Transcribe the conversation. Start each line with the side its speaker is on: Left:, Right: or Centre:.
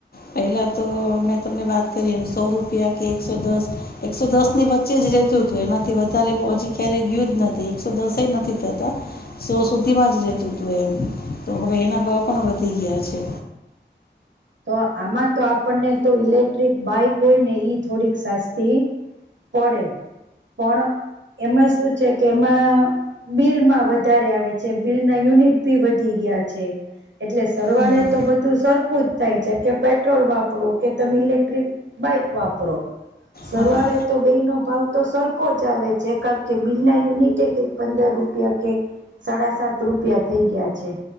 Left: પેલા તો મેં તમને વાત કરી એમ સો રૂપિયા કે એકસો દસ એકસો દસ ની વચ્ચે જ રતું હતું એનાથી વધારે હજી ક્યારે ગયું જ નથી એકસો દસ એ નથી થતા સો સુધીમાં જ રેતું હતું એમ તો હવે એના ભાવ પણ વધી ગયા છે
Right: <inaudible> તો આમાં તો આપણને તો ઇલેક્ટ્રિક બાઈક હોય ને ઈ થોડીક સાસ્તી પડે પણ એમાં શું છે કે એમાં બિલમાં વધારે આવે છે બિલ ના યુનિટ ભી વધી ગ ગયા છે એટલે સરવાળે
Left: હમ
Right: તો બધું સરખું જ થાય છે કે પેટ્રોલ વાપરો કે તમે ઇલેક્ટ્રિક બાઈક વાપરો સરવાળે
Left: હા
Right: તો બે નો ભાવ તો સરખો જ આવે જે કાર કે બિલ ના યુનિટે કંઈક પંદર રૂપિયા કે સાડા સાત રૂપિયા થઈ ગયા છે